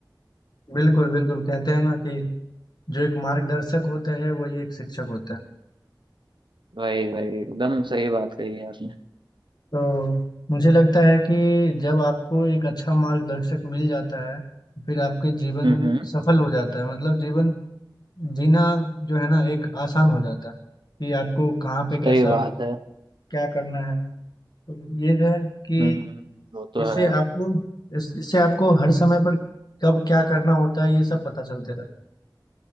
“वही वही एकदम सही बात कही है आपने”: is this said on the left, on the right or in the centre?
Right